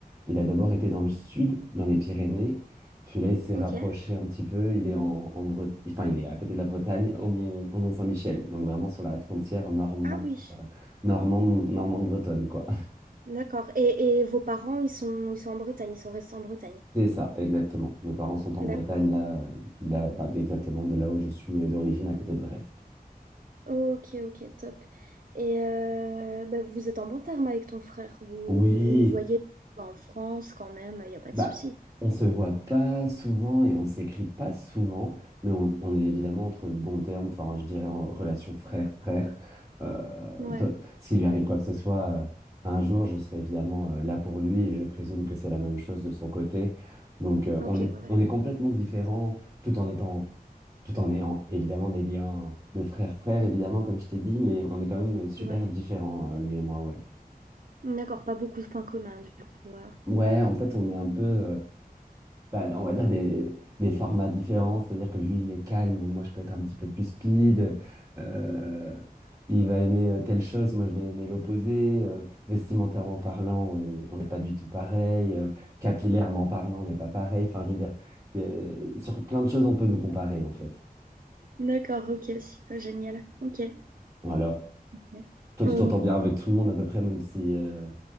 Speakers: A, on the right (about 20°); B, on the right (about 60°).
A: il a d'abord été dans le sud, dans les Pyrénées. Puis là, il s'est
B: ok.
A: rapproché un petit peu. Il est en, en Bret- enfin, il est à côté de la Bretagne, au Mont, au Mont-Saint-Michel. Donc, vraiment sur la frontière normande,
B: Ah oui,
A: euh, normande, normande bretonne, quoi.
B: d'accord. Et, et vos parents, ils sont, ils sont en Bretagne, ils sont restés en Bretagne.
A: <laughs> C'est ça, exactement. Mes parents sont en
B: D'accord.
A: Bretagne, là, là, enfin, exactement de là où je suis euh, d'origine, à côté de Brest.
B: Ok, ok, top. Et euh, bah, vous êtes en bon terme avec ton frère. Vous
A: Oui.
B: vous, vous voyez en France quand même, il n'y a pas
A: Bah,
B: de souci.
A: on se voit pas souvent et on s'écrit pas souvent, mais on, on est évidemment entre bons termes, enfin, je dirais en relation frère-frère. Euh,
B: Ouais,
A: peu- s'il lui arrive quoi que ce soit, euh, un jour, je serai évidemment euh, là pour lui et je présume que c'est la même chose de son côté. Donc, euh,
B: ok,
A: on est,
B: ouais,
A: on est complètement différents tout en étant, tout en ayant évidemment des liens de frère-frère, évidemment, comme je t'ai dit, mais on est quand même super
B: ouais.
A: différents, euh, lui et moi, ouais.
B: D'accord, pas beaucoup de points communs du coup. ouais.
A: Ouais, en fait, on est un peu. euh, bah, on va dire des, des formats différents, c'est-à-dire que lui, il est calme, moi, je peux être un petit peu plus speed, euh, il va aimer euh, telle chose, moi, je vais aimer l'opposé, euh, vestimentairement parlant, on on n'est pas du tout pareil, euh, capillairement parlant, on n'est pas pareil, enfin, je veux dire, euh, sur plein de choses, on peut nous comparer, en fait.
B: D'accord, ok, super, génial. Ok.
A: Voilà.
B: ok.
A: Toi,
B: Euh,
A: tu t'entends bien avec tout le monde, à peu près, même si, euh,